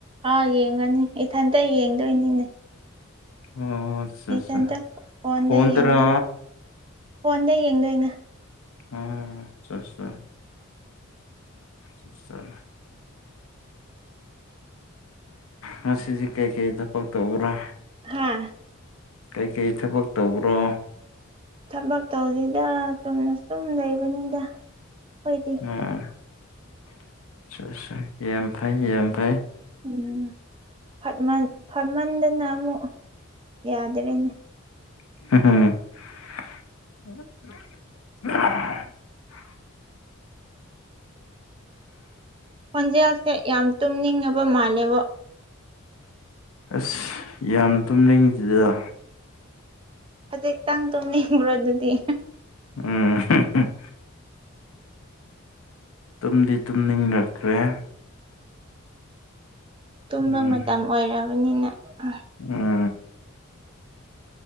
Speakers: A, on the right (about 25°); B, on the left (about 75°).
A: ꯑꯥꯎ ꯌꯦꯡꯒꯅꯤ ꯏꯊꯟꯇ ꯌꯦꯡꯗꯣꯏꯅꯤꯅꯦ
B: ꯑꯣ ꯑꯠꯆꯥ
A: ꯏꯊꯟꯇ
B: ꯑꯠꯆꯥ
A: ꯐꯣꯟꯗ
B: ꯐꯣꯟꯗꯔꯥ
A: ꯌꯦꯡꯗꯣꯏ ꯐꯣꯟꯗ ꯌꯦꯡꯗꯣꯏꯅꯦ
B: ꯑꯣ ꯆꯠꯁꯦ <unintelligible> ꯉꯁꯤꯗꯤ ꯀꯩꯀꯩ ꯊꯕꯛ ꯇꯧꯕ꯭ꯔꯥ
A: <unintelligible>
B: ꯀꯩꯀꯩ ꯊꯕꯛ ꯇꯧꯕ꯭ꯔꯣ
A: ꯊꯕꯛ ꯇꯧꯗꯦꯗ ꯆꯨꯝꯅ ꯁꯨꯝ ꯂꯩꯕꯅꯤꯗ ꯑꯩꯈꯣꯏꯗꯤ
B: <unintelligible> ꯌꯥꯝ ꯐꯩ ꯌꯥꯝ ꯐꯩ
A: ꯎꯝ ꯐꯠꯃꯟ ꯐꯠꯃꯟꯗꯅ ꯑꯃꯨꯛ ꯌꯥꯗ꯭ꯔꯦꯅꯦ
B: <unintelligible>
A: ꯈꯣꯟꯖꯦꯜꯁꯦ ꯌꯥꯝ ꯇꯨꯝꯅꯤꯡꯉꯕ ꯃꯥꯜꯂꯦꯕꯣ
B: ꯑꯁ ꯌꯥꯝ ꯇꯨꯝ ꯅꯤꯡ ꯗꯦꯗ
A: ꯈꯖꯤꯛꯇꯪ ꯇꯨꯝꯅꯤꯡꯕ꯭ꯔꯣ ꯑꯗꯨꯗꯤ
B: ꯎꯝ ꯇꯨꯝꯗꯤ ꯇꯨꯝꯅꯤꯡꯔꯛꯈ꯭ꯔꯦ
A: ꯇꯨꯝꯕ
B: ꯎꯝ
A: ꯃꯇꯝ ꯑꯣꯏꯔꯕꯅꯤꯅ ꯍꯨꯝ
B: ꯎꯝ